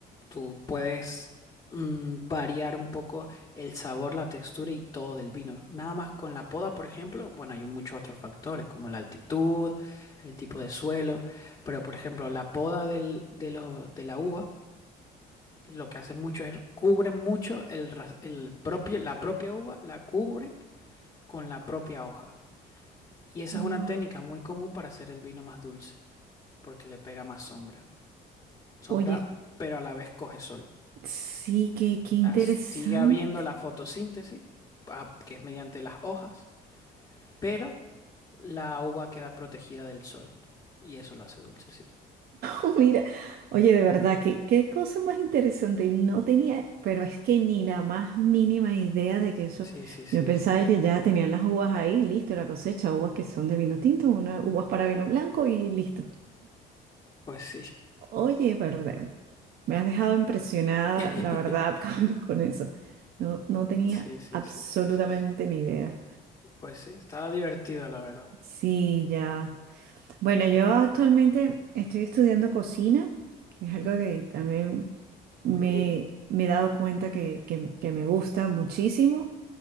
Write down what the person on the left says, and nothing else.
tú puedes mm, variar un poco el sabor, la textura y todo del vino. Nada más con la poda, por ejemplo, bueno, hay muchos otros factores como la altitud, el tipo de suelo, pero por ejemplo, la poda del- de, los- de la uva lo que hacen mucho es cubren mucho el, ras- el propio, la propia uva, la cubren con la propia hoja. Y esa
es una técnica muy común para hacer el vino más dulce, porque le pega más sombra. Sombra,
pero a la vez coge sol.
O sea, sigue habiendo la fotosíntesis,
ah, que es mediante las hojas, pero la uva queda protegida del sol. Y eso lo hace dulce, sí.
Sí, sí, sí.
Pues sí.
<laughs>
Sí, sí,
sí, sí, sí. sí.
Pues sí, estaba divertido, la verdad.
Muy bien.